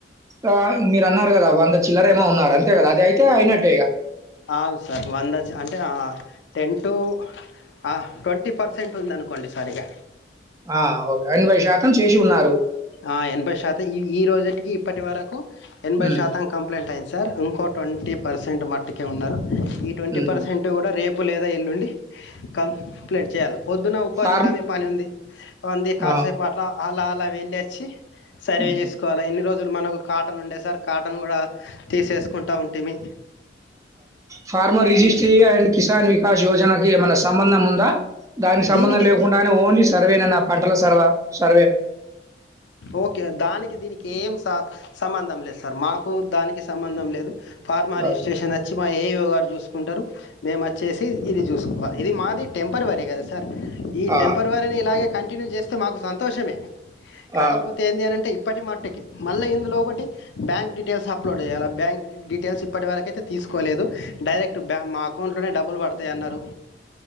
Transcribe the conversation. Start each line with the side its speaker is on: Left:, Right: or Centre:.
Right: ఆ మీరు అన్నారు కదా అంత చిల్లర ఏమో ఉన్నారు అంతే కదా అది అయితే అయినట్టేగా
Left: ఆవ్ సార్ వందచ్చ అంటే టెన్ టు హ ట్వంటీ పర్సెంట్ ఉందినుకోండి సార్ ఇక
Right: ఆ ఎనభై శాతం చేసి ఉన్నారు
Left: ఆ ఎనభై శాతం ఈ ఈ రోజుటికి ఇప్పటి వరకు ఎనభై
Right: హ్మ్.
Left: శాతం కంప్లైంట్ అయింది సార్ ఇంకో ట్వంటీ పర్సెంట్ మట్టుకే ఉన్నరు ఈ ట్వంటీ
Right: హ్మ్.
Left: పర్సెంట్ గుడా రేప్ ఉప్పు లేదా ఎల్లుండి క ప్లెట్ చేయాల పొద్దున ఉపాధి
Right: ఫార్మ్
Left: హామీ పని ఉంది అంది కాసేపు
Right: ఆ!
Left: అట్ల అలా అలా వెళ్ళే చ్చి సర్వే
Right: హ్మ్.
Left: చేసుకోవాలా ఇన్ని రోజ్ మనకు కాటన్ ఉండే సార్ కాటన్ గుడా తీసేసుకుంటా ఉంటిమి
Right: ఫార్మ రిజిస్టీ
Left: ఇక
Right: అండ్ కస ఆకాశ యోజనకి ఏమైనా సంబంధం ఉందా దానిక్ సంబంధం
Left: దీనికి
Right: లేకుండానే ఓన్లీ సర్వే నన్న ఆ పంటల సర్వా సర్వే
Left: ఓకే దానికి దీనికి ఏం సా సంబంధం లేద్ సార్ మాకు దానికి సంబంధం లేదు ఫార్మా
Right: ఆ!
Left: రిజిస్టేషనచ్చి మా ఏయో గారు చూసు చూకుంటరు మేము వచ్చేసి ఇది చూసుకోవాలి ఇది మాది టెంపర్వరీ కదా సార్ ఈ
Right: ఆ!
Left: టెంపర్ వరని ఇలాగే కంటిన్యూ చేస్తే మాకు సంతోషమే కాకపోతే
Right: ఆ!
Left: ఏంది అనింటే ఇప్పటి మట్టుకె మళ్ళీ ఇందులో ఒకటి బ్యాంక్ డీటెయిల్స్ అప్లోడ్ చేయాలె బ్యాంక్ డీటెయిల్స్ ఇప్పటివరకు అయితే తీసుకోలేదు డైరెక్ట్ బ్యా మా అకౌంట్లోనే డబ్బులు పడతాయ్ అన్నరు